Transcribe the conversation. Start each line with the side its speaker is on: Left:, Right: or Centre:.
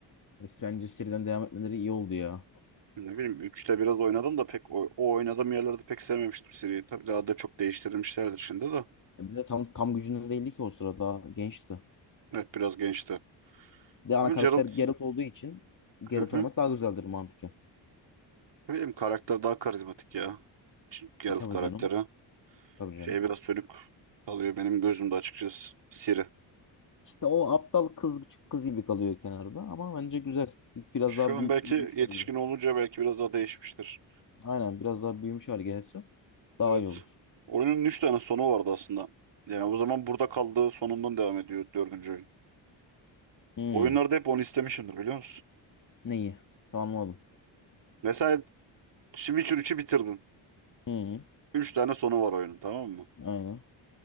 Left: E, Bence seriden devam etmeleri iyi oldu ya.
Right: Ne bileyim üçte biraz oynadım da pek o, o oynadığım yerlerde pek sevmemiştim seriyi. Tabii daha da çok değiştirilmişlerdir şimdi de.
Left: E, Bir de tam tam gücünde değildi ki o sırada. Daha gençti.
Right: Evet biraz gençti.
Left: Bir de ana
Right: Ama
Left: karakter
Right: Geralt
Left: Geralt olduğu için Geralt
Right: hı hı.
Left: oynamak daha güzeldir mantıken.
Right: Ne bileyim karakter daha karizmatik ya. Geralt
Left: E, tabii
Right: karakteri.
Left: canım. Tabii canım.
Right: Şey biraz sönük kalıyor benim gözümde açıkçası Siri.
Left: İşte o aptal kız küçük kız gibi kalıyor kenarda ama bence güzel. Bir- Biraz
Right: Şu
Left: daha
Right: an
Left: büyü-
Right: belki
Left: büyümüş
Right: yetişkin
Left: hale gelir.
Right: olunca belki biraz daha değişmiştir.
Left: Aynen biraz daha büyümüş hale gelirse daha
Right: Evet.
Left: iyi olur.
Right: Oyunun 3 tane sonu vardı aslında. Yani o zaman burada kaldığı sonundan devam ediyor dördüncü oyun.
Left: Hmm.
Right: Oyunlarda hep onu istemişimdir biliyor musun?
Left: Neyi? Tamam, Anladım.
Right: Mesela Witcher üçü bitirdin.
Left: Hmm.
Right: Üç tane sonu var oyunun tamam mı?
Left: Aynen.